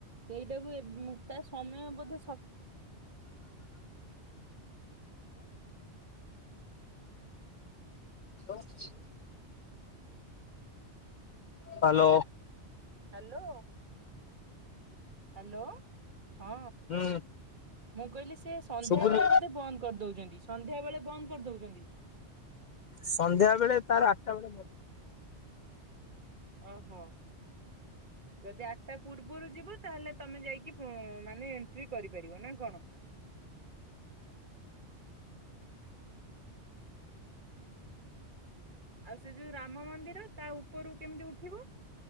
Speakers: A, on the right; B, on the left.
A: ସେଇଟାକୁ ଏବେ ତା ସମୟ ବୋଧେ ସ
B: ସ କିଛି। ହ୍ୟାଲୋ।
A: ହ୍ୟାଲୋ। ହ୍ୟାଲୋ ହଁ।
B: ହୁଁ
A: ମୁଁ କହିଲି ସେ ସନ୍ଧ୍ୟା
B: ଶୁଭୁନି
A: ବେଳେ ବୋଧେ ବନ୍ଦ କରିଦଉଛନ୍ତି ସନ୍ଧ୍ୟା ବେଳେ ବନ୍ଦ କରିଦଉଛନ୍ତି।
B: ସନ୍ଧ୍ୟା ବେଳେ ତାର ଆଟା ବଳେ ବନ୍ଦ।
A: ଓହୋ ଯଦି ଆ ତା ପୂର୍ବରୁ ଯିବ ତାହେଲେ ତମେ ଯାଇକି ମାନେ ଏଣ୍ଟ୍ରି କରିପାରିବ ନା କଣ? ଆଉ ସେ ଯୋଉ ରାମ ମନ୍ଦିର ତା ଉପରରୁ କେମିତି ଉଠିବ